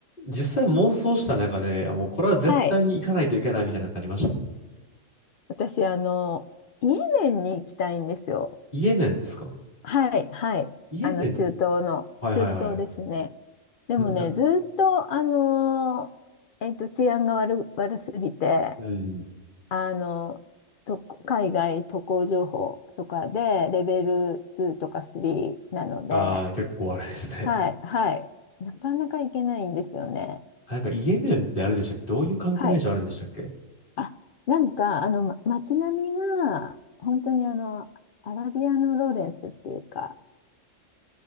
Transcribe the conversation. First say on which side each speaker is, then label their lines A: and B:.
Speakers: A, on the left; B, on the left.
A: 実際妄想した中で、あ、もうこれは絶対に行かないといけないみたいなのってありました
B: はい。私、あの、イエメンに行きたいんですよ。
A: イエメンですか
B: はい、はい。
A: イエメン、
B: あの、中東の、
A: はいはいはい。
B: 中東ですね。でもね、
A: な、な、
B: ずっと、あのーえっと、治安が悪、悪すぎて、
A: うん。
B: あの、と、海外渡航情報とかで、レベル2とか3なので、
A: ああ、結構あれですね。
B: はい、はい。なかなか行けないんですよね。
A: <laughs> なんか、イエメンってあれでしたっけどういう観光名所あるんでしたっけ
B: はい。あ、なんか、あの、ま、街並みが、本当にあの、アラビアのローレンスっていうか、